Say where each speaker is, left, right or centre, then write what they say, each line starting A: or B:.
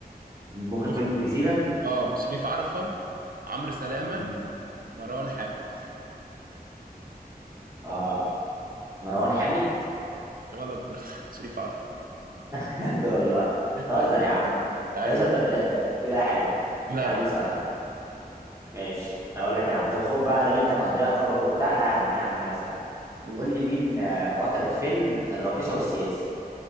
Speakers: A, on the right; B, on the right.
A: مخرج
B: مخرج
A: فيلم الجزيره
B: اه شريف عرفة عمرو سلامة
A: مم.
B: مروان حامد
A: اه مروان حامد
B: غلط برضه <laughs> شريف عرفة
A: <laughs> بجد والله بتهزر
B: ايوه
A: يا عم
B: تعادل
A: يا اسطى
B: يا
A: انت
B: باشا.
A: بت- أنت بتقول اي حاجه
B: لا
A: يا عم
B: لا تعادل
A: سهلا ماشي اقول لك يا عم طب خد بقى ده انت مقضيها اخراج وبتاع لا هديك يا عم حاجه سهله
B: قول
A: قول لي مين آه، بطلة فيلم الراقصه والسياسي